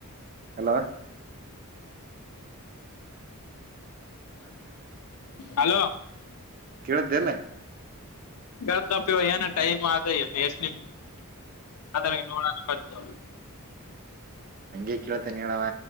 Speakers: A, on the right; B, on the left.
A: ಹಲೋ
B: ಹಲೋ <unintelligible>
A: ಕೇಳ್ದೆಲ್ಲ
B: <unintelligible> ಅದನ ನೋಡ ಸಾಧ್ಯ
A: ಹಗೆ ಕೇಳತೇನೆ ಅವಾ